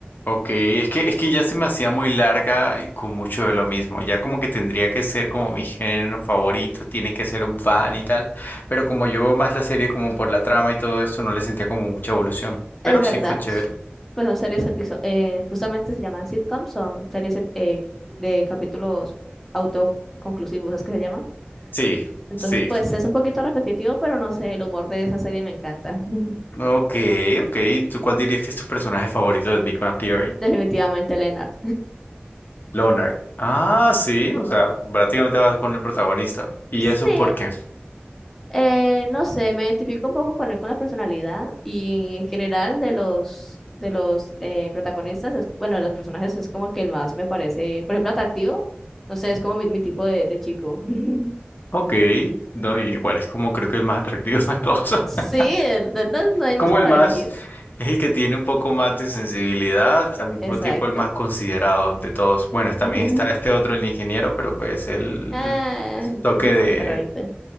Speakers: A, on the left; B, in the centre.
A: Ok, es que, es que ya se me hacía muy larga y con mucho de lo mismo. Ya como que tendría que ser como mi género favorito, tiene que ser un fan y tal. Pero como yo veo más la serie como por la trama y todo esto, no le sentía como mucha evolución. Pero
B: Es verdad,
A: sí fue chévere.
B: s- pues son series episo- eh, justamente se llaman sitcoms, son series ep- eh, de capítulos autoconclusivos, es que se llaman.
A: Sí,
B: Entonces,
A: sí.
B: pues es un poquito repetitivo, pero no sé, el humor de esa serie me encanta. <laughs>
A: Ok, ok. ¿Tú cuál dirías que es tu personaje favorito de Big Bang Theory?
B: Definitivamente, Leonard.
A: Leonard. Ah, sí, o sea, prácticamente vas con el protagonista. ¿Y
B: Sí,
A: eso por qué?
B: eh, no sé, me identifico un poco con él, con la personalidad y en general de los, de los eh, protagonistas, es, bueno, de los personajes es como que el más me parece, por ejemplo, atractivo. No sé, es como mi, mi tipo de de chico. <laughs>
A: Ok, no, igual es como creo que el más atractivo de todos. <laughs>
B: Sí, el de- no, no hay
A: como
B: mucho
A: el
B: para
A: más,
B: elegir.
A: es el que tiene un poco más de sensibilidad, al mismo
B: Exacto.
A: tiempo el más considerado de todos. Bueno,
B: <laughs>
A: también está este otro, el ingeniero, pero pues él
B: Ah,
A: tiene su toque
B: es un
A: de...
B: poquito rarito.